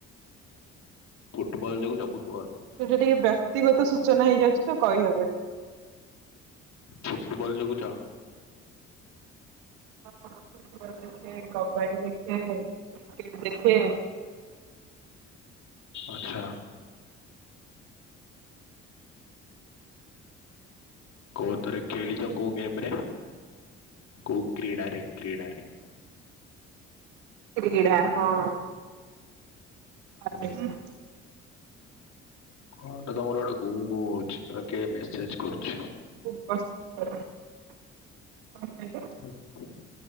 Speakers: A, on the left; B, on the right.
A: ଫୁଟବଲ ଦେଖୁଛ, ଫୁଟବଲ।
B: ସେଇଟା ଟିକେ ବ୍ୟକ୍ତିଗତ ସୂଚନା ହେଇଯାଉଛି ତ କହିହବନି।
A: ଫୁଟବଲ୍ ଯୋଗୁଁ ଚାହଁ।
B: ହଁ ଫୁଟବଲ ଦେଖେ, କବାଡି ଦେଖେ, କ୍ରିକେଟ ଦେଖେ
A: ଆଛା। କୋଉ ଥେରେ ଖେଳିଛ, କୋଉ ଗେମରେ, କୋଉ କ୍ରୀଡ଼ାରେ କ୍ରୀଡ଼ାରେ
B: କ୍ରୀଡ଼ା ହଁ। ଭାବିଲେ।
A: ହଁ କଟ ତମର ଆଡେ ଗ ଗ ସେପଟେ କିଏ ମେସେଜ କରୁଛି?
B: ବ
A: ହ